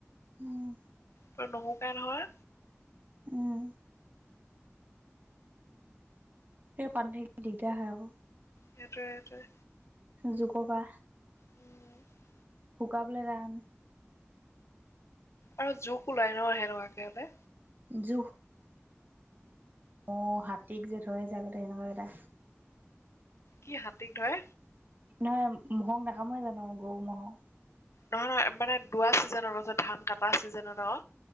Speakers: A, on the right; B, on the left.
A: ওম।
B: তাত নুশুকাই নহয়।
A: উম, সেই পানী থাকিলে দিগদা হয় আক।
B: সেইটোৱে সেইটোৱে।
A: যোকপা।
B: উম <unintelligible>
A: শুকাবলে টান।
B: আৰু জোক ওলাই ন, সেনেকাকে হলে?
A: জুক- অঁ, হাতীক যে ধৰে যে আগতে সেনকা কেইটা।
B: কি হাতীক ধৰে?
A: নহয় ম'হক নাকামোৱে জানো গৰু ম'হক?
B: নহয় মানে দোৱা ছিজনত <unintelligible> ধান কাটা ছিজনত অ